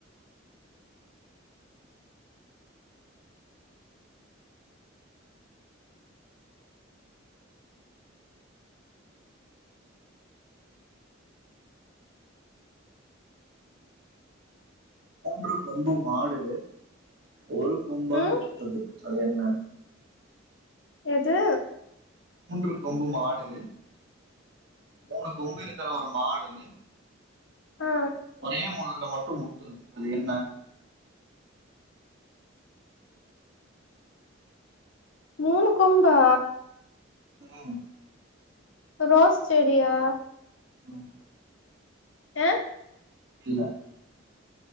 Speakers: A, on the right (about 60°); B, on the left (about 70°).
A: ரு கொம்பம் மாடு ஒரு கொம்பால்
B: ம்
A: முட்டது அது என்ன
B: எது
A: மூன்று கொம்பு மாடு மூணு கொம்பு இருக்குற ஒரு மாடு
B: ஆ
A: ஒரே முள்ளுல ம <unintelligible> முட்டு அது என்ன
B: மூணு கொம்பா
A: ம்
B: ரோஸ் செடியா
A: ம்.
B: ஆ
A: இல்ல